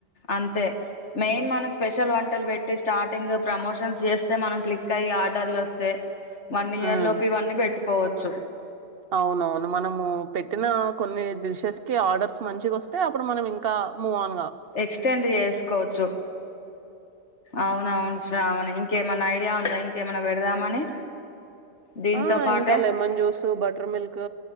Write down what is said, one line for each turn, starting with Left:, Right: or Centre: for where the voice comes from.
Left: అంతే మెయిన్ మనం స్పెషల్ వంటలు పె స్టార్టింగ్ ప్రమోషన్స్ చేస్తే మనం క్లిక్ అయి ఆర్డర్లు వస్తే వన్ ఇయర్
Right: ఉమ్
Left: లోపు ఇవన్నీ పెట్టు కోవచ్చు
Right: అవునవును మనము పెట్టిన కొన్ని డిషెస్ కి ఆర్డర్స్ మంచిగా వస్తే. అప్పుడు మనం ఇంకా మూఅన్
Left: ఎక్స్టెండ్ చేసుకోవచ్చు. అవునవును శ్రావణి ఇంకేమైన్నా ఐడియా ఉందా. ఇంకేమైన్నా పెడదామని దీంతో
Right: ఆ
Left: పాటే
Right: ఇంకా లెమన్ జ్యూస్, బటర్ మిల్క్